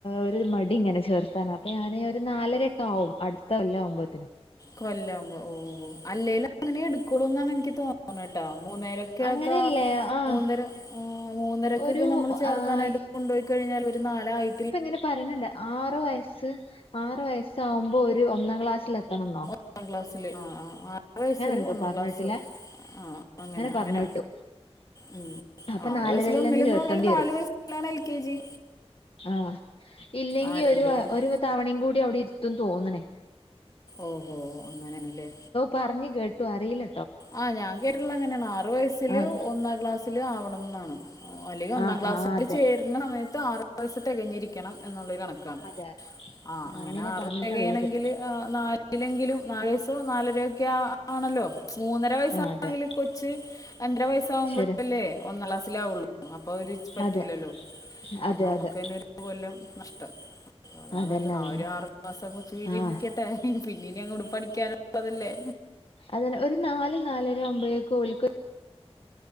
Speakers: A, on the left (about 60°); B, on the left (about 35°).
A: ഒരു മടി ഇങ്ങനെ ചേർത്താന അപ്പൊ ഞാൻ ഒരു നാലരയൊക്കെ ആവും അടുത്തകൊല്ല ആവുമ്പോത്ത്ന്.
B: കൊല്ലാവുമ്പോ ഓ അല്ലേല് അങ്ങനെ എടുക്കൊളൂ എന്ന എനിക്ക് തോന്നണട്ടാ മൂന്നേരൊ ക്കക്കെ
A: അങ്ങനെയല്ലേ ആഹ്
B: മൂന്നര മൂന്നരക്കൊക്കെ
A: ഒരു
B: നമ്മൾ ചേർക്കാനായിട്ട്
A: ആഹ്
B: കൊണ്ടു കഴിഞ്ഞാൽ ഒരു നാല ആയി
A: ഇപ്പ ഇങ്ങനെ പറയണ്ട് ആറു വയസ്സ് ആറു വയസ്സാവുമ്പോ ഒരു ഒന്നാം ക്ലാസ്സില് എത്തണന്നോ.
B: ഒന്നാ ക്ലാസ്സില് ആ ആറ് വയസ്സില്
A: എന്തോ
B: ഒന്നാം
A: പറഞ്ഞിട്ടില്ലേ
B: ക്ലാസ്സ്. ആ അങ്ങനെ
A: പറഞ്ഞ്
B: അങ്ങനെ
A: കേട്ടു
B: ഉ
A: അപ്പൊ
B: ആറു
A: നാലരയിലന്നെ
B: വയസ്സില് ഒന്നിലന്ന്
A: ചേർത്തേണ്ടി
B: പറഞ്ഞാലും നാല് വയ ലാണ് എൽ കെ ജി.
A: ആ ഇല്ലെങ്കി
B: ആ രണ്ട്
A: ഒരു
B: കൊല്ലം
A: ഒരു തവണയും കൂടി അവിടെ ഇരുത്തു തോന്നണ്
B: ഓഹോ അങ്ങനെയണല്ലേ.
A: പറഞ്ഞ് കേട്ടു അറീല്ല
B: ആ ഞാൻ കേട്ടിട്ടുള്ളത് അങ്ങനെയാണ് ആറു വയസ്സില്
A: ആഹ്
B: ഒന്നാം ക്ലാസ്സില് ആവണം ന്നാണ്. ഓ അല്ലെങ്കിൽ ഒന്നാം
A: ആഹ്
B: ക്ലാസ്സിൽ
A: ആഹ് അതെ
B: ചേരുന്ന സമയത്ത് ആറാം വയസ്സ് തികഞ്ഞിരിക്കണം എന്നുള്ളരു കണക്ക്. ക്കാണ്
A: അതെ
B: ആ
A: ആഹ്
B: അങ്ങനെ ആറ്
A: പറഞ്ഞിട്ടുള്ളത്
B: തെകയണെങ്കില്. നാലിലെങ്കിലും നാല് വയസ്സോ നാലരക്കെ ആണല്ലോ മൂന്ന വയസണെങ്കിൽ
A: ആഹ് അതെ
B: കൊച്ച് രണ്ടര വയസാവുമ്പോഴല്ലേ
A: ശരി
B: ഒന്നാ ക്ലാസ്സിലാവൊള്ളൂ. അപ്പൊ അവര് പറ്റൂലല്ലോ
A: അതെ അതെ
B: അ നമ്മുക്ക്
A: അതെ
B: തന്നെ ഒരു കൊല്ലം നഷ്ടം. അതാ
A: അതന്നെ
B: നല്ല
A: അതന്നെ
B: ആ ഒരു ആറു മാസം കൊച്ചച്ച് വീട്ടി
A: ആഹ്
B: നിക്കട്ടെ പിന്നീനി അങ്ങോട്ട് പഠിക്കാനുള്ളതല്ലേ.
A: അതല്ല ഒരു നാല് നാലര അവുമ്പോയേക്കും ഓൽക്ക്.